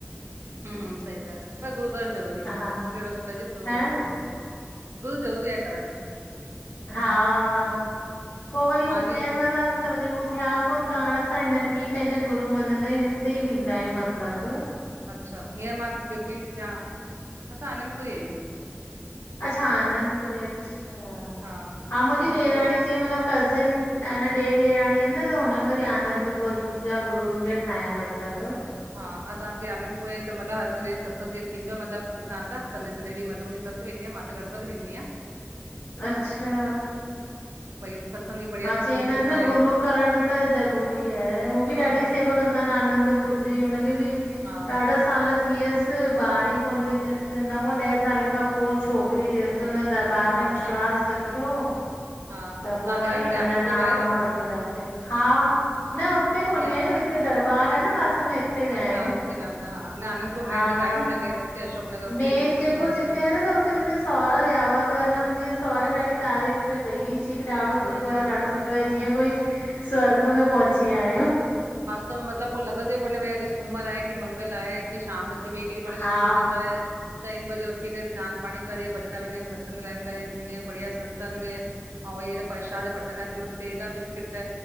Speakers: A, on the right (about 90°); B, on the left (about 70°).
A: हम्म हम्म सही गाल्हि आहे पर गुरू करण ज़रूरी आहें
B: हा
A: कहिड़ो बि करजे, गुरू करण
B: हा
A: ज़रूरी आहे। गुरु जरूरी आहें करण।
B: हां पो वरी
A: मां
B: उज्जैन
A: जीअं
B: वारा अन त वरी थिया कोन्ह त हाणे असां हिननि खे ई पंहिंजा गुरू मन्नदां आहियूं हिते ई वेंदा आहियूं मतलब।
A: अच्छा हीअंर मां <unintelligible> असां आनंंदपुरी आहियूं।
B: अच्छा आनंदपुरी अच्छा
A: हा
B: हां मुंजी
A: असले
B: ॾेराणी जीअं मतलब कज़िन ऐन ॾेर ॾेराणी आहिनि न त हुननि वरी आनंद
A: हा
B: पुर गुरुनि जा खे ठाहिया आहिनि मतलब।
A: हां असां हिते आनंदपुर त मतलब हर संडे सत़संग ॾींदो मतलब हितां असां संडे संडे ॾींहुं मतलब ससु वेंदी आ मा त घट वध वेंदी आहिं।
B: अच्छा
A: <unintelligible>
B: हा चेंदा
A: थींदो
B: आहिनि न
A: आहे
B: गुरु करण त ज़रूरी आहे हू बि
A: हा
B: ॾाढी सेवा कंदा आहिनि आनंदपुर जी हुनखे बि
A: हा
B: ॾाढा साल थी वियसि ॿार ही कोन पियो थियसि नव ॾह साले खां पोइ छो छोकरी थियसि, हुन्न दरबार में विश्वास
A: अच्छा
B: रखियो,
A: हा
B: त पो
A: तव्हां विया
B: व
A: आहियो
B: कि
A: कॾहिं
B: अन
A: आनंदपुर
B: नाम
A: विया आहियो
B: वठींंदासीं हा, न हुते कोने
A: कीअं
B: ते दरबार आ न पासे में उते विया
A: अच्छा
B: आहियूं
A: हुते विया हूंदा हा न आनंदपुर
B: हा,
A: मेन जेका आहे न जॻह हुते अशोक नगर हुते
B: मेेन
A: थी अचो
B: जेको
A: घुमी
B: जिते
A: अचो
B: आ न त हु उते मुंजा सहोरा विया हुआ त न मुंजे सोहरे ॾाढी तारीफ़ पे कई ची बि ॾाढो
A: न
B: सुठो
A: न
B: आहे ॾाढो सुठो आहे जीअं कोई, स्वर्ग में पहुची विया आहियूं।
A: त में मतलब पो लॻंदो ई कोन्हे भाई अॼु सूमर आहे, कि मंगल आहे, कि शाम थी भई केॾी महिल सुबुह
B: हा
A: थींदो आहे। चईं बजे उथी करे सनानु पाणी करे भॼदां वेंदा आहियूं सत्संग ला करे जीअं बढ़िया सत्संग अऊं हेॾा परसाद बटंदा अहिन त उते हेॾा बिस्किट